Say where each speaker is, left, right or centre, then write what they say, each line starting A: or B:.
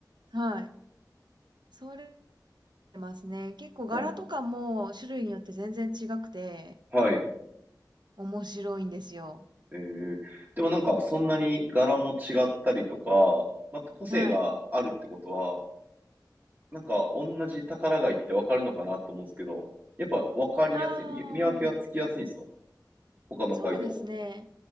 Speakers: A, on the right (about 75°); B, on the right (about 25°).
A: はい。それますね。結構柄とかも種類によって全然違くて、
B: あーはい。
A: 面白いんですよ。
B: ええ、でもなんか、そんなに柄も違ったりとか、また個性があるってことは、
A: はい。
B: なんか、同じ宝貝ってわかるのかなと思うんですけど、やっぱわかりやすい、
A: ああ、
B: 見、見分けがつきやすいんですか他の貝と。
A: そうですね。